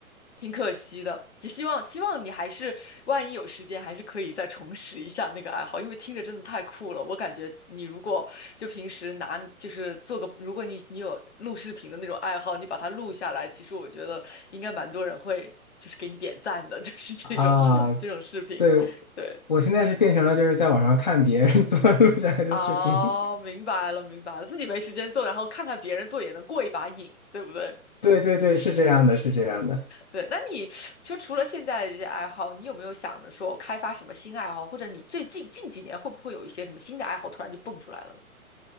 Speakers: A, on the left; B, on the left.
A: 挺可惜的。也希望希望你还是，万一有时间，还是可以再重拾一下那个爱好，因为听着真的太酷了。我感觉你如果就平时拿，就是做个，如果你你有录视频的那种爱好，你把它录下来，其实我觉得应该蛮多人会，就是给你点赞的，<laughs> 就是这种
B: 啊，
A: <laughs> 这种视频，
B: 对，
A: 对。
B: 我现在是变成了就是在网上看别人 <laughs> 怎么录下来的视频。
A: 哦，明白了，明白了，自己没时间做，然后看看别人做也能过一把瘾，对不对？
B: 对对对，是这样的，是这样的。
A: 对，那你就除了现在的这些爱好，你有没有想着说开发什么新爱好，或者你最近近几年会不会有一些什么新的爱好突然就蹦出来了呢？